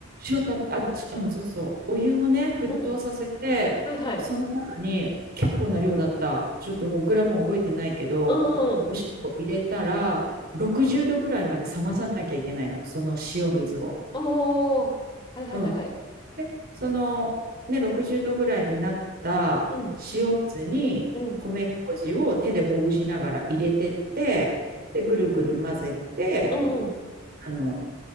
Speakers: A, on the right; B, on the left.
A: 塩たっあ、ちうん、そうそう。お湯をね、沸騰させて、
B: うんはいはい。
A: その中に結構な量だった。ちょっともうグラム覚えてないけど、
B: うんうん。
A: お塩を入れたら、60度ぐらいまで冷まさなきゃいけないの。その塩水を。
B: おー。はいはいはいはい。
A: うん。で、その、ね、60度ぐらいになった塩水に、
B: うん、うん、
A: 米麹を手でほぐしながら入れてって、で、ぐるぐる混ぜて、
B: うんう
A: あの、